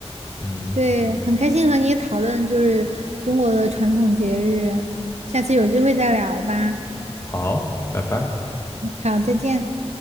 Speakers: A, on the left; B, on the right.
A: 嗯，
B: 对，嗯很开心和你讨论就是中国的传统节日，下次有机会再聊吧。
A: 好，拜拜。
B: 好，再见。